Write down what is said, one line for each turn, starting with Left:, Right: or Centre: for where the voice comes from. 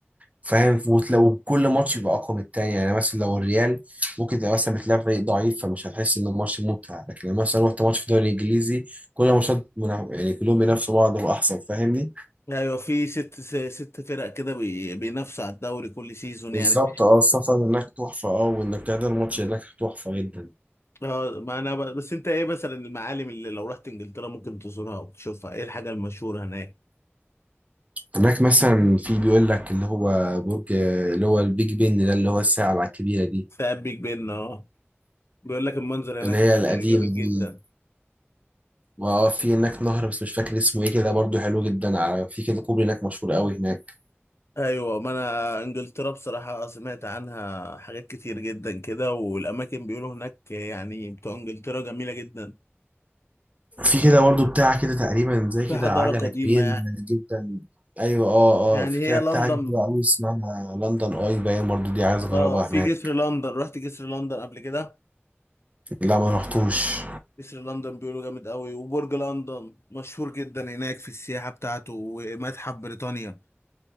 Right: فاهم وت- لو كل ماتش يبقى اقوى من التاني يعني مثلا لو الريال ممكن تبقى مثلا بتلعب فريق ضعيف فمش هتحس ان الماتش ممتع لكن لما مثلا رحت ماتش في الدوري الانجليزي كل ماتشات منا- يعني كلهم بينافسوا بعض واحسن فاهمني
Left: ايوه في ست س- ست فرق كده بي... بينافسوا على الدوري كل سيزون
Right: بالظبط
Left: يعني
Right: اه السفر هناك تحفه اه وانك تحضر ماتش هناك تحفه جدا
Left: اه ما انا ب... بس انت ايه مثلا المعالم اللي لو رحت انجلترا ممكن تزورها وتشوفها ايه الحاجة المشهورة هناك
Right: هناك مثلا في بيقول لك اللي هو برج اللي هو البيج بن ده اللي هو الساعه الكبيره دي
Left: ثاب بيج بن اه بيقول لك المنظر
Right: اللي
Left: هناك
Right: هي القديمه
Left: جامد جدا
Right: دي واه في هناك نهر بس مش فاكر اسمه ايه كده برضو حلو جدا على في كده كوبري هناك مشهور قوي هناك
Left: ايوه ما انا انجلترا بصراحه سمعت عنها حاجات كتير جدا كده والاماكن بيقولوا هناك يعني بتوع انجلترا جميله جدا
Right: في كده برضه بتاع كده تقريبا زي
Left: في
Right: كده
Left: حضارة
Right: عجلة
Left: قديمة
Right: كبير جدا ايوه اه
Left: يعني
Right: اه في
Left: هي
Right: كده بتاع
Left: لندن
Right: كبير قوي اسمها لندن اي باين برضه دي عايز اجربها
Left: اه في
Right: هناك
Left: جسر لندن رحت جسر لندن قبل كده
Right: لا ما رحتوش
Left: جسر لندن بيقولوا جامد قوي وبرج لندن مشهور جدا هناك في السياحة بتاعته ومتحف بريطانيا